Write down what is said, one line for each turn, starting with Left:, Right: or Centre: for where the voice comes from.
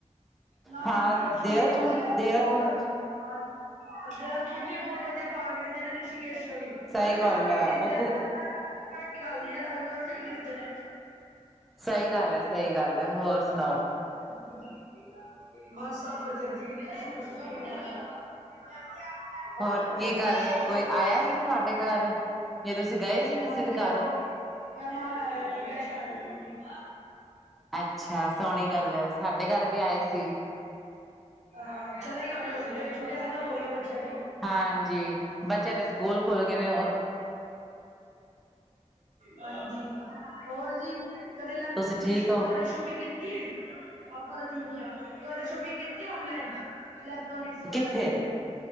Right: ਨਾ-ਨਾ
Centre: ਹਾਂ
Right: ਕੁਛ
Centre: ਦੇਹਰਾਦੂਨ
Right: ਨੀ ਜੀ ਬਸ ਰੌ ਹਾਂ
Centre: ਦੇਹਰਾਦੂਨ
Right: ਦੇਹਰਾਦੂਨ ਚ ਵੀ ਬੋਤ ਵਦੀਆ ਪਾੜ ਵਿਖਦੇ ਨੇ ਰਿਸ਼ੀਕੇਸ਼ ਚ ਵੀ।
Centre: ਸਹੀ
Right: ਹਰਿਦਵਾਰ
Centre: ਗੱਲ
Right: ਚ
Centre: ਹੈ
Right: ਵੀ ਦਿਸਦੇ
Centre: ਉੱਥੇ
Right: ਨੇ ਐ ਐਸੀ ਗੱਲ ਨੀ ਐ ਹਰਿਦਵਾਰ ਚ ਵੀ ਦਿਸਦੇ ਨੇ।
Centre: ਸਈ ਗੱਲ ਐ-ਸਈ ਗੱਲ ਐ ਹੋਰ ਸਨਾਓ।
Right: <inaudible> ਬਸ ਸਬ ਵਦੀਆ ਜੀ ਤੁਸੀਂ ਦੱਸੋ ਕਿਵੇਂ ਓਂ। <unintelligible>
Centre: ਹੋਰ ਕੀ ਕਰ ਰਹੇ ਹੋ
Right: ਹੋਰ
Centre: ਕੋਈ
Right: ਕਦੇ,
Centre: ਆਇਆ ਸੀ ਤੁਹਾਡੇ ਘਰ ਜਾਂ ਤੁਸੀਂ ਗਏ ਸੀ ਕਿਸੇ
Right: ਹਾਂਜੀ
Centre: ਦੇ ਘਰ
Right: ਓ ਮੈਮਾਨ ਆਏ ਹੋਏ ਨੇ, ਗੈਸਟ ਆਏ ਹੋਏ ਨੇ ਜੀ।
Centre: ਅੱਛਾ ਸੋਨੀ ਗੱਲ ਐ ਸਾਡੇ ਘਰ ਵੀ ਆਏ ਸੀ।
Right: ਹਾਂ ਚਲੇ ਗਏ ਹੋਨੇ ਹੁਨ ਤੇ ਛੁੱਟੀਆਂ ਖ਼ਤਮ ਹੋ ਗੀਆਂ ਬੱਚਿਆਂ ਦੀਆਂ।
Centre: ਹਾਂਜੀ, ਬੱਚਿਆਂ ਦੇ ਸਕੂਲ ਖੁੱਲ ਗਏ ਨੇ ਔਰ
Right: ਹਾਂਜੀ। ਹੋਰ ਜੀ ਕਦੇ ਲੈਪ
Centre: ਤੁਸੀਂ
Right: ਕਦੇ
Centre: ਠੀਕ
Right: ਸ਼ੋ
Centre: ਹੋ
Right: ਸ਼ੋਪਿੰਗ ਕੀ ਆਪਾਂ ਤਾਂ ਠੀਕ ਆਂ, ਕਦੇ ਸ਼ੋਪਿੰਗ ਕੀਤੀ ਔਨਲਾਈਨ? ਇਲੈਕਟ੍ਰੋਨਿਕਸ ਵਗੈਰਾ
Centre: ਕਿੱਥੇ
Right: ਦੇ?